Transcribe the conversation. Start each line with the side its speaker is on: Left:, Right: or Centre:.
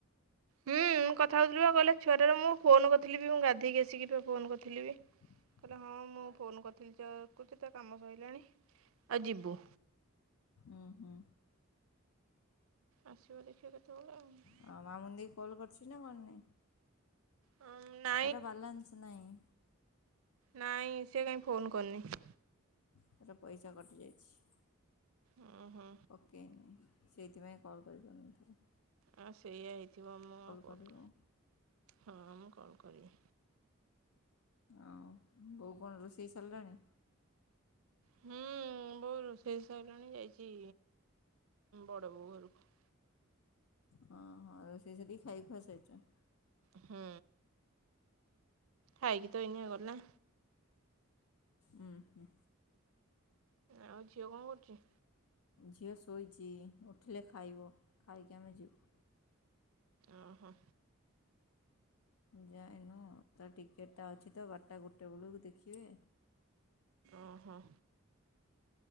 Right: ହୁଁ ମୁଁ କଥା ହୋଉଥିଲି ବା କଇଲେ ଛୁଆଟାରେ ମୁଁ ଫୋନ୍ କରିଥିଲି ବି ମୁଁ ଗାଧେଇକି ଆସିକି ବି ଫୋନ୍ କରିଥିଲି ବି।
Left: <inaudible>
Right: କହିଲା ହଁ ମୁଁ ଫୋନ୍ ରିଥିଲି ଯେ ଆକୁ ତା କାମ ସଇଲାଣି ଆ ଯିବୁ।
Left: ଉଁ ହୁଁ।
Right: ଆସିବ ଦେଖିବା କେତେବେଳେ ଆଉ।
Left: ହଁ ମାମୁନି ଦେଇ କଲ୍ କରିଛି ନା କରି ନାଇଁ?
Right: ହଁ ନାଁ
Left: ତାର ବାଲାନ୍ସ ନାହିଁ।
Right: ନାଇଁ ସେ କାଇଁ ଫୋନ୍ କରିନି।
Left: ତାର ପଇସା କଟିଯାଇଛି।
Right: ଉଁ ହୁଁ।
Left: ପକେଇନୀ ସେଇଥିପାଇଁ କଲ୍ କରିପାରୁନଥିବ।
Right: ଆଉ ସେଇଆ ହେଇଥିବ ମୁଁ ଆଉ କଲ
Left: କରିବୁ।
Right: ହଁ ମୁଁ କଲ୍ କରିବି।
Left: ଆଉ ବୋଉ କଣ ରୋଷେଇ ସରିଲାଣି?
Right: ହୁଁ ବୋଉ ରୋଷେଇ ସାଇଲାଣି ଯାଇଚି ବଡ ବୋଉ ଘରକୁ।
Left: ହଁ ହଁ ରୋଷେଇ ସାରିକି ଖାଇ ଖୁଆ ସାରିଚନ୍।
Right: ହୁଁ। ଖାଇକୀ ତ ଏଇନେ ଗଲା।
Left: ଉଁ ହୁଁ।
Right: ଆଉ ଝିଅ କଣ କରୁଚି?
Left: ଝିଅ ଶୋଇଚି ଉଠିଲେ ଖାଇବ ଖାଇକି ଆମେ ଯିବୁ।
Right: ଓହୋ।
Left: ଯାଇନୁ ତ ଟିକେଟଟା ଅଛି ତ ବାରଟା ଗୋଟେ ବେଳକୁ ଦେଖିବେ।
Right: ଓହୋ।